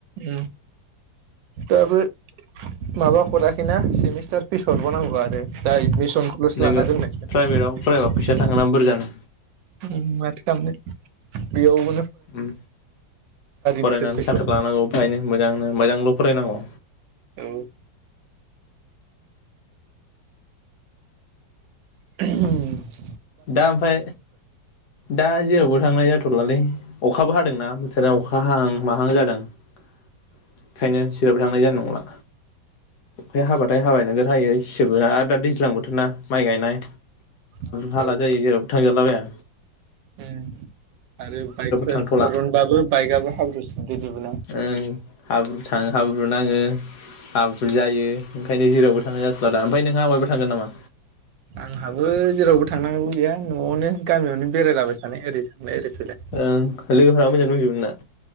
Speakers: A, on the right; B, on the left.
A: औ। दाबो माबा हराखैना सेमिस्टार फिस हरबाव नांगौ आरो दा एदमेस सनखौलसो
B: नोङो
A: लाना दोननाय जादों
B: प्राइभेटाव फरायबा फैसा थाङोना बुरजानो
A: उम माथो खालामनो। बेयावबो
B: उम फरायनानै
A: बोसोरसोखौ
B: साख्रि लानांगौ बेहायनो मोजांनो मोजां ल फरायनांगौ।
A: औ। <unintelligible>
B: दा ओमफाय दा जेरावबो थांनाय जाथ'लालै अखाबो हादोंना बोथोरा अखा हाहां माहां जादों। बेखायनो सिरावबो थांनाय जानाय नंला अखाय हाबाथाय हाबाय नोगो थायो इसबो आरो दा दैज्लां बोथोर ना माइ गायनाय।
A: <unintelligible>
B: थाला जायो जेरावबो था थांगेरलाबाया
A: उम आरो बाइकफोर
B: थांथ'ला
A: बरनबाबो बाइकआबो हाब्रु सिददेर जोबो ना?
B: ओ हाब्रु थाङो हाब्रु नाङो हाब्रु जायो ओंखायनो जेरावबो थांनाय जाथ'ला दा ओमफ्राय नोंहा माबायाव थांगोन नामा?
A: आंहाबो जेरावबो थांनांगौ गैया न'आवनो गामियावनो बेरायलाबाय थानाय ओरै थांनाय ओरै फैलाय
B: ओं लोगोफ्रा मोजां दंजोबो? ना।